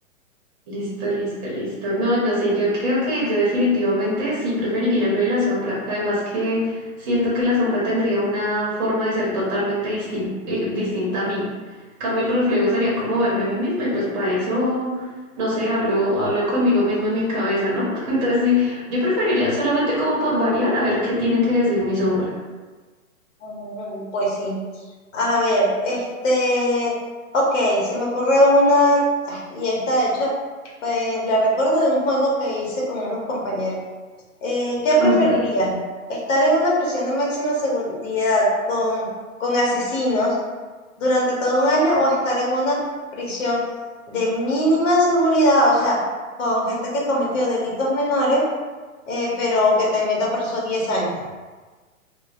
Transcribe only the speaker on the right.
Listo, listo, listo. No, no sé, yo creo que yo definitivamente sí preferiría lo de la sombra. Además que siento que la sombra tendría una forma de ser totalmente distin- eh, distinta a mí. En cambio, el reflejo sería como verme a mí misma y pues para eso, no sé, hablo, hablo conmigo mismo en mi cabeza, ¿no? <laughs> Entonces sí, yo preferiría solamente como por variar a ver qué tiene que decir mi sombra.
Ujú.